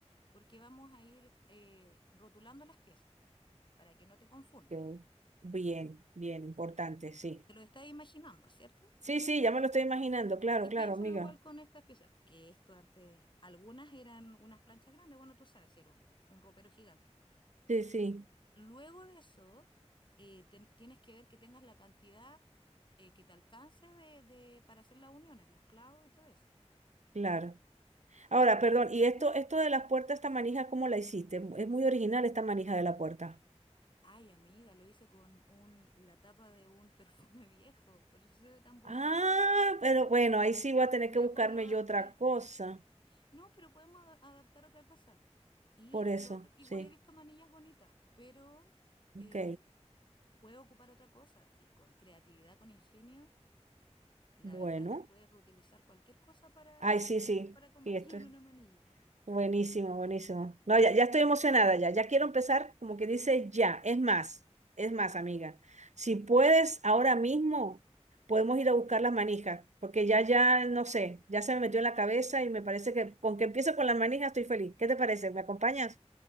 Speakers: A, on the left (about 45°); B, on the right (about 80°).
A: porque vamos a ir eh, rotulando las piezas para que no te confundas.
B: ok, bien, bien, importante, sí.
A: Te lo estás imaginando, ¿cierto?
B: Sí, sí, ya me lo estoy imaginando, claro,
A: Y piénsalo
B: claro, amiga.
A: igual con estas piezas, que esto antes, algunas eran unas planchas grandes, bueno, tú sabes, si era un, un ropero gigante.
B: Sí, sí,
A: Luego de eso, eh, ten- tienes que ver que tengas la cantidad eh, que te alcance de, de- para hacer las uniones, los clavos y todo eso.
B: claro. Ahora,
A: Pero,
B: perdón, ¿y esto,
A: Ujú.
B: esto de las puertas, esta manija, cómo la hiciste? Es muy original esta manija de la puerta.
A: ay, amiga, lo hice con un, la tapa de un <laughs> perfume viejo, por eso se ve tan bonita.
B: Ah, pero bueno, ahí sí voy a tener
A: Mira
B: que buscarme
A: cómo lo adapté.
B: yo otra cosa.
A: No, pero podemos ada- adaptar otra cosa. Y
B: Por eso,
A: lo otro, igual
B: sí.
A: he visto manillas bonitas, pero
B: Ok,
A: eh, puedo ocupar otra cosa, sí, con creatividad, con ingenio. La
B: bueno.
A: verdad es que puedes reutilizar cualquier cosa para,
B: Ay, sí, sí,
A: para convertirlo
B: sí, esto
A: en
B: es
A: una manilla.
B: buenísimo, buenísimo. No, ya, ya estoy emocionada, ya, ya quiero empezar, como que dice, ya, es más, es más, amiga. Si puedes, ahora mismo podemos ir a buscar las manijas, porque ya, ya, no sé, ya se me metió en la cabeza y me parece que con que empiece con las manijas estoy feliz. ¿Qué te parece? ¿Me acompañas?